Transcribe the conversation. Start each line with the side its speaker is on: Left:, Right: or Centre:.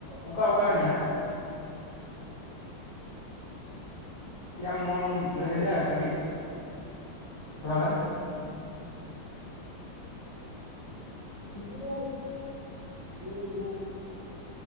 Left: ᱚᱠᱟ ᱚᱠᱟᱨᱮ ᱢᱮᱱᱟᱜᱼᱟ ᱪᱮᱫ ᱟᱢ ᱱᱚᱣᱟᱢ ᱞᱟᱹᱭ ᱫᱟᱲᱮᱭᱟᱜᱼᱟ ᱠᱟᱹᱴᱤᱡ ᱛᱷᱚᱲ ᱜᱟᱱ
Right: ᱱᱤᱛᱳᱜ ᱫᱚ ᱟᱵᱚ ᱱᱚᱣᱟ